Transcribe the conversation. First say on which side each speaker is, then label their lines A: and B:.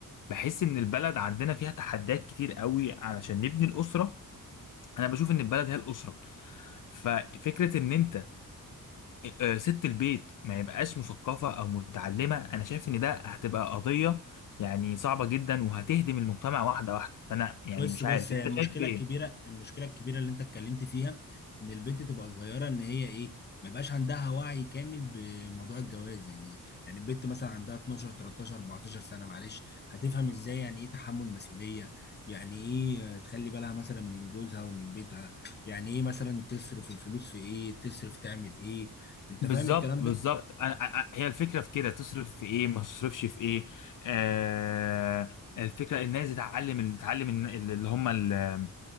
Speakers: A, on the left (about 60°); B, on the left (about 30°).
A: بحس ان البلد عندنا فيها تحديات كتير قوي علشان نبني الأسرة انا بشوف ان البلد هي الأسرة ففكرة ان انت آه ست البيت ما يبقاش مثقفة او متعلمة انا شايف ان ده هتبقى قضية يعني صعبة جدا وهتهدم المجتمع واحدة واحدة فانا يعني
B: بص
A: مش
B: بص
A: عارف
B: هي
A: انت
B: المشكله
A: شايف ايه
B: الكبيره المشكله الكبيره اللي انت اتكلمت فيها ان البنت تبقى صغيره ان هي ايه ما يبقاش عندها وعي كامل بموضوع الجواز يعني يعني البنت مثلا عندها 12 13 14 سنه معلش هتفهم ازاي يعني ايه تحمل مسؤوليه يعني ايه آه، تخلي بالها مثلا من جوزها ومن بيتها يعني ايه مثلا تصرف الفلوس في ايه تصرف تعمل ايه انت
A: بالظبط
B: فاهم الكلام ده
A: بالظبط انا أ- أ- هي الفكره في كده تصرف في ايه ما تصرفش في ايه آه الفكره الناس تتعلم ال- تتعلم الن- اللي هم ال-